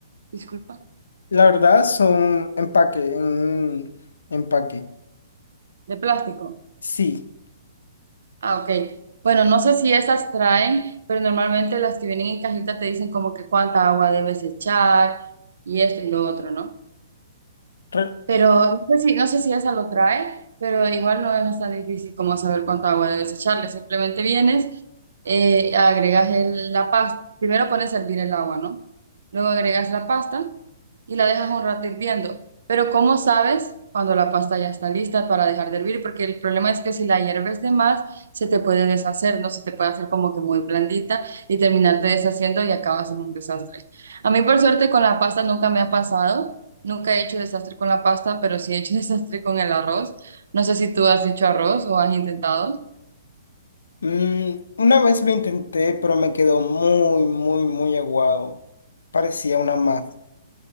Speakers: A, on the right; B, on the left.
A: Disculpa,
B: La verdad son empaque, en empaque.
A: de plástico.
B: Sí.
A: Ah, ok. Bueno, no sé si esas traen, pero normalmente las que vienen en cajita te dicen como que cuánta agua debes echar y esto y lo otro, ¿no?
B: re-
A: Pero no sé si, no sé si esa lo trae, pero igual no no es tan difícil como saber cuánta agua debes echarle. Simplemente vienes, eh, agregas el- la pasta. Primero pones a hervir el agua, ¿no? Luego agregas la pasta y la dejas un rato hirviendo. Pero ¿cómo sabes cuando la pasta ya está lista para dejar de hervir? Porque el problema es que si la hierves de más, se te puede deshacer, ¿no? Se te puede hacer como que muy blandita y terminarte deshaciendo y acabas en un desastre. A mí, por suerte, con la pasta nunca me ha pasado Nunca he hecho desastre con la pasta, pero sí he hecho <laughs> desastre con el arroz. No sé si tú has hecho arroz o has intentado.
B: mm, una vez lo intenté, pero me quedó muy, muy, muy aguado. Parecía una masa.